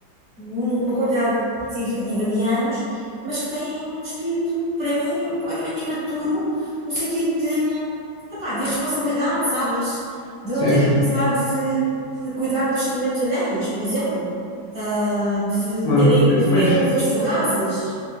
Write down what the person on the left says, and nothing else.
Sim,
sim.
Mas
depois,